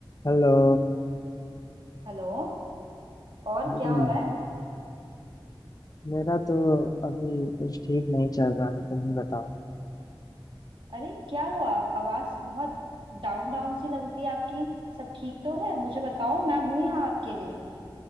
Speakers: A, on the left; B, on the right.
A: Hello
B: Hello और
A: हम्म,
B: क्या हो रहा है
A: मेरा तो अभी कुछ ठीक नहीं चल रहा है तुम ही बताओ
B: अरे क्या हुआ आवाज बहुत डाउन डाउन सी लग रही है आपकी सब ठीक तो है मुझे बताओ मैं हूं यहाँ आपके लिए